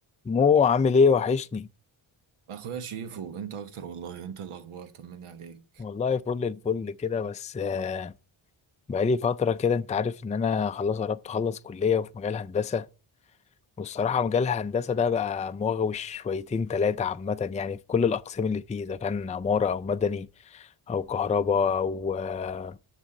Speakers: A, on the left (about 15°); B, on the right (about 85°).
A: مو عامل ايه وحشني
B: اخويا شيفو انت اكتر والله انت الاخبار طمني عليك
A: والله فل الفل كده بس آه، بقالي فترة كده انت عارف ان انا خلاص قربت اخلص كلية وفي مجال هندسة والصراحة مجال الهندسة ده بقى مغوي شويتين تلاتة عامة يعني في كل الأقسام اللي فيه إذا كان عمارة أو مدني أو كهرباء أو آه،